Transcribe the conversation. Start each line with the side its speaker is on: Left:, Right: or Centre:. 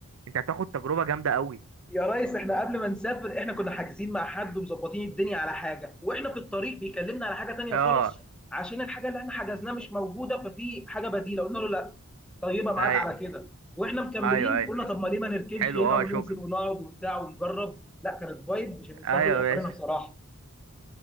Right: انت هتاخد تجربه جامده قوي
Centre: يا ريس احنا قبل ما نسافر احنا كنا حاجزين مع حد ومظبطين الدنيا على حاجه واحنا في الطريق بيكلمنا على حاجه تانية
Right: اه
Centre: خالص عشان الحاجه اللي احنا حجزناها مش موجوده ففي حاجه بديله قلنا له لا طيبه معاك
Right: ايوه
Centre: على كده واحنا مكملين
Right: ايوه ايوه
Centre: قلنا طب ما ليه ما نركنش
Right: حلو
Centre: هنا
Right: اه
Centre: وننزل
Right: شكرا
Centre: ونقعد وبتاع ونجرب لا كانت فايب مش هننساها
Right: ايوه
Centre: طول عمرنا
Right: يا باشا
Centre: بصراحه